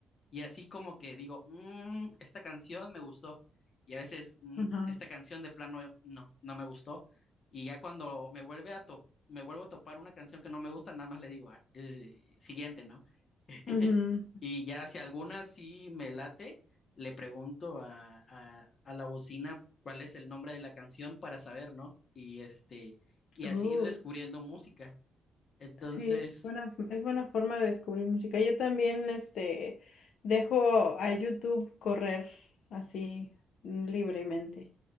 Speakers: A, on the left; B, on the left.
A: Y así como que digo, "Mm, esta canción me gustó. Y a veces, "Mm,
B: Ajá.
A: esta canción de plano no, no me gustó. Y ya cuando me vuelve a to- me vuelvo a topar una canción que no me gusta, nada más le digo, "Ah, eh, siguiente, ¿no? <laughs>
B: ujú.
A: Y ya si alguna sí me late, le pregunto a, a, a la bocina cuál es el nombre de la canción para saber, ¿no? Y este, y
B: Uh,
A: así ir descubriendo música. Entonces,
B: sí, buena, es buena forma de descubrir música. Yo también, este, dejo a YouTube correr así mm, libremente.